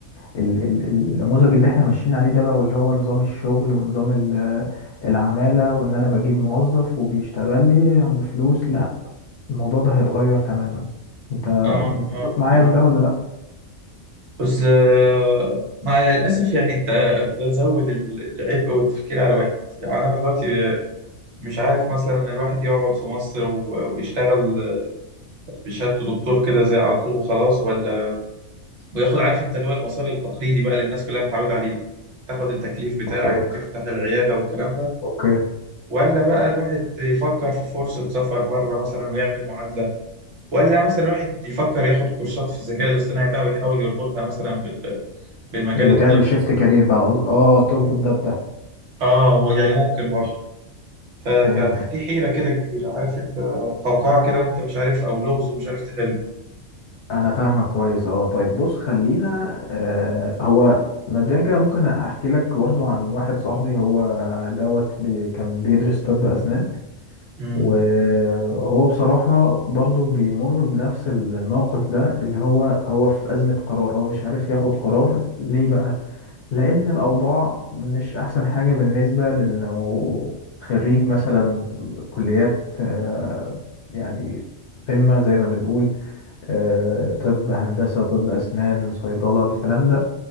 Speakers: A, on the left; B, on the right.
A: ال- ال- النموذج اللي احنا ماشيين عليه ده بقى واللي هو نظام الشغل ونظام ال- العمالة وان انا بجيب موظف وبيشتغل لي بفلوس لا الموضوع ده هيتغير تماما انت
B: اه
A: متفق
B: اه
A: معايا
B: اه
A: في ده ولا لا
B: بس آه، مع الاسف يعني انت ده زود ال- العبء والتفكير على الواحد يعني انا دلوقتي مش عارف مثلا الواحد يقعد في مصر و- ويشتغل بشهادته دكتور كده زي على طول وخلاص ولا وياخد عارف انت اللي هو المسار التقليدي بقى اللي الناس كلها متعودة عليه تاخد التكليف بتاعك
A: اوكي
B: وتفتح العيادة والكلام ده
A: اوكي
B: ولا بقى الواحد يفكر في فرصة سفر بره مثلا ويعمل معادلة ولا مثلا الواحد يفكر ياخد كورسات في الذكاء الاصطناعي بقى ويحاول يربطها مثلا بال... بالمجال
A: وتعمل
B: الطبي
A: شيفت كارير بقى قصد- اه تربط ده بده
B: اه هو يعني ممكن برضه
A: ماشي
B: ف... ف...
A: فهمتك
B: ففي حيرة كده كبيرة عارف انت قوقعة كده وانت مش عارف او لغز ومش عارف تحل
A: انا فاهمك كويس اه طيب بص خلينا آه هو مبدئيا كده ممكن احكي لك برضو عن واحد صاحبي هو دوت بي كان بيدرس طب اسنان
B: امم
A: وهو بصراحة برضو بيمر بنفس الموقف ده اللي هو هو في أزمة قرار هو مش عارف ياخد قرار ليه بقى لأن الأوضاع مش أحسن حاجة بالنسبة لأنه خريج مثلا كليات آه، يعني قمة زي ما بنقول آه، طب هندسة طب أسنان صيدلة الكلام ده